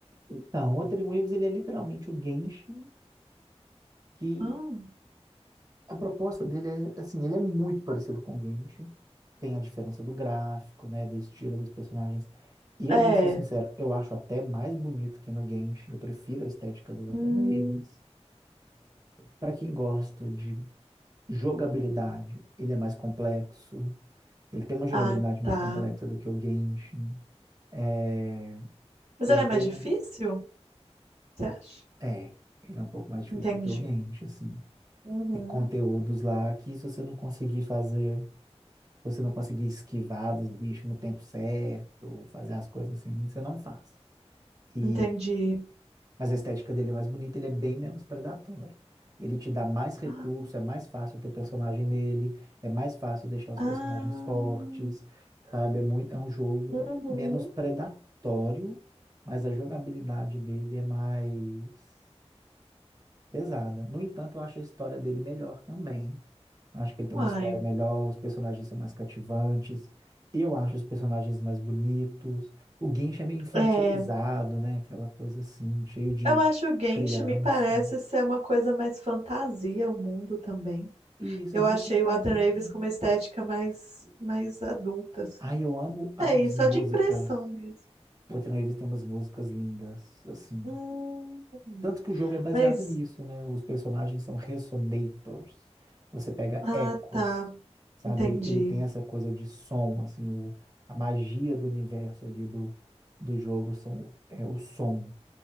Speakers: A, on the right (about 35°); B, on the right (about 75°).
A: Então, o Wuthering Waves, ele é literalmente o Genshin que
B: Hum,
A: a proposta dele é, assim, ele é muito parecido com o Grinch, tem a diferença do gráfico, né, do estilo dos personagens. E eu
B: é.
A: vou ser sincero, eu acho até mais bonito que no Genshin, eu prefiro a estética do Ateliê
B: Hum,
A: Migs. Para quem gosta de jogabilidade, ele é mais complexo, ele tem uma jogabilidade
B: ah,
A: mais
B: tá.
A: complexa do que o Genshin. É,
B: Mas
A: tem
B: ele
A: até,
B: é mais difícil, você acha?
A: é, ele é um pouco mais difícil
B: Entendi.
A: do que o Genshin, assim.
B: Uhum.
A: Tem conteúdos lá que se você não conseguir fazer você não conseguir esquivar dos bichos no tempo certo, fazer as coisas assim, você não faz. E,
B: Entendi.
A: mas a estética dele é mais bonita, ele é bem menos predatório. Ele te dá mais recurso,
B: Ah,
A: é mais fácil ter personagem nele, é mais fácil deixar os
B: ah,
A: personagens fortes, sabe? É muito, é um jogo
B: uhum.
A: menos predatório, mas a jogabilidade dele é mais pesada. No entanto, eu acho a história dele melhor também. Acho que ele tem
B: Uai.
A: uma história melhor, os personagens são mais cativantes. Eu acho os personagens mais bonitos. O Genshin é meio infantilizado,
B: É.
A: né? Aquela coisa assim, cheio de
B: Eu acho o Genshin
A: criança.
B: me parece ser uma coisa mais fantasia, o mundo também.
A: E isso
B: Eu
A: é bem
B: achei
A: fantasia.
B: o Watan Raves
A: né?
B: com uma estética mais, mais adulta, assim.
A: Ai, eu amo as
B: É isso,
A: músicas.
B: é de impressão mesmo.
A: O Tino Reeves tem umas músicas lindas, assim.
B: Hum,
A: Tanto que o jogo é baseado
B: mas,
A: nisso, né? Os personagens são resonators. Você pega
B: ah,
A: ecos,
B: tá,
A: sabe?
B: entendi.
A: Ele, ele tem essa coisa de som, assim, o, a magia do universo ali do, do jogo são, é o som.